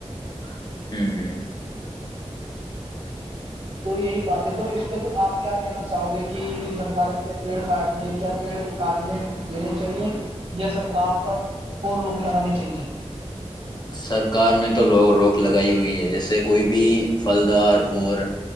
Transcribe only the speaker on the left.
ہوں
سرکار نے تو لوگ روک لگائی ہوئی ہے جیسے کوئی بھی پھلدار اور